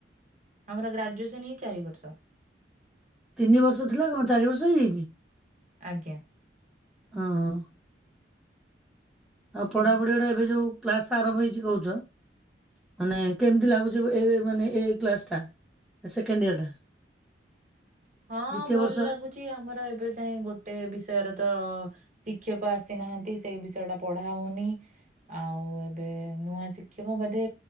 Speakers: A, on the right (about 40°); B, in the centre.
A: ଆମର ଗ୍ରାଜୁଏସନ ହିଁ ଚାରି ବର୍ଷ।
B: ତିନି ବର୍ଷ ଥିଲା କଣ ଚାରି ବର୍ଷ ହେଇଯାଇଛି?
A: ଆଜ୍ଞା।
B: ହଁ। ଆଉ ପଢାପଢି
A: ଏବ
B: ଗୁଡା ଏବେ ଜଉ କ୍ଲାସ ଆରମ୍ଭ ହେଇଛି କହୁଛ। ମାନେ କେମିତି ଲାଗୁଛିିବ ଏଇ ମାନେ ଏଇ କ୍ଲାସ ଟା? ସେକେଣ୍ଡ ଇୟର ଟା।
A: ହଁ
B: ଦ୍ଵିତୀୟ
A: ଭଲ
B: ବର୍ଷ
A: ଲାଗୁଚି ଆମର ଏବେ ଯାଏଁ ଗୋଟେ ବିଷୟରେ ତ ଶିକ୍ଷକ ଆସିନାହାନ୍ତି ସେ ବିଷୟ ଟା ପଢା ହଉନି। ଆଉ ଏବେ ନୂଆ ଶିକ୍ଷକ ବୋଧେ